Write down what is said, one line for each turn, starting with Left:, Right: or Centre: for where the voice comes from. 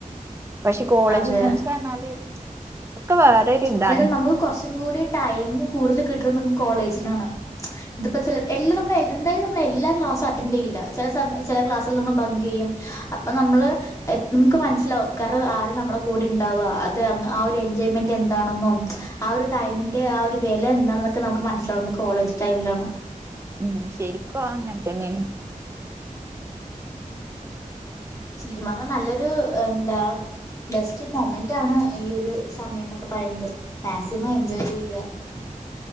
Right: പക്ഷെ കോളേജ്
Left: അതെ
Right: ഫ്രണ്ട്സ് പറഞ്ഞാല് ഒക്കെ വേറൊരു ഇതാണ്
Left: പിന്നെ നമുക്ക് കുറച്ചും കൂടി ടൈം കൂടുതൽ കിട്ടണത് നമുക്ക് കോളേജിലാണ് ഇതിപ്പോ എ നമ്മ എന്താലും നമ്മള് എല്ലാ ക്ലാസ്റ്റും അറ്റൻഡറ് ചെയ്യില്ല ചില സ ചില ക്ലാസ്സൽ നമ്മൾ ഭങ്ക് ചെയ്യും അപ്പ നമ്മള് നമുക്ക് മനസിലാവും കാരണം ആരാ നമ്മുടെ കൂടെ ഉണ്ടാവുക അത് ആ ഒരു എൻജോയ്മെന്റ് എന്താണന്നും ആ ഒരു ടൈമിന്റെ ആ ഒരു വില എന്താന്നൊക്കെ നമുക്ക് മനസ്സിലാവുന്നത് കോളേജ് ടൈമിലാണോ
Right: ഉം ശരിക്കും അങ്ങനെ തന്നെണ്
Left: ശരിക്കും പറഞ്ഞാൽ നല്ലൊരു എന്താ ബെസ്റ്റ് മൊമെന്റ് ആണ് ഈ ഒരു സമയം എന്നൊക്കെ പറയുന്നത് മാക്സിമം എൻജോയ് ചെയ്യുക <unintelligible>